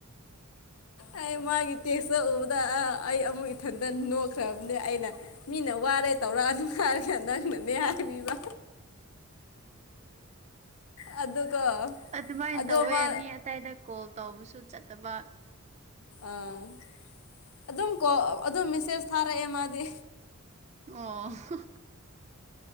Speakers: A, on the left (about 80°); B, on the right (about 30°).
A: ꯑꯩ ꯃꯥꯒꯤ ꯇꯦꯛꯁꯇ ꯎꯕꯗ ꯑꯩ ꯑꯃꯨꯛ ꯏꯊꯟꯇ ꯅꯣꯛꯈ꯭ꯔꯕꯅꯦ ꯑꯩꯅ ꯃꯤꯅ ꯋꯥꯔꯦ ꯇꯧꯔꯛ ꯑꯗꯨ ꯍꯥꯏꯔꯒ ꯅꯪꯅꯅꯦ ꯍꯥꯏꯕꯤꯕ ꯑꯗꯨꯒ
B: ꯑꯗꯨꯃꯥꯏꯟ
A: ꯑꯗꯣ
B: ꯇꯧꯋꯦ
A: ꯃꯥ
B: ꯃꯤ ꯑꯇꯩꯗ ꯀꯣꯜ ꯇꯧꯕꯁꯨ ꯆꯠꯇꯕ
A: ꯑꯥ ꯑꯗꯨꯝ ꯀꯣꯜ ꯑꯗꯨꯝ ꯃꯦꯁꯦꯖ ꯊꯥꯔꯛꯑꯦ ꯃꯥꯗꯤ
B: ꯌ꯭ꯑꯣ <unintelligible>